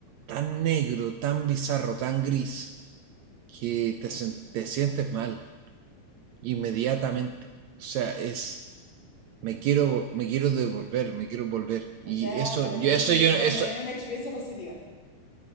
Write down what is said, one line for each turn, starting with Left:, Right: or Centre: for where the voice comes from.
Right: tan negro, tan bizarro, tan gris, que te, te sientes mal inmediatamente. O sea, es me quiero, me quiero devolver, me quiero volver.
Left: O
Right: Y
Left: sea,
Right: eso,
Left: para
Right: yo,
Left: ti
Right: eso,
Left: México
Right: yo, eso
Left: no es una experiencia positiva.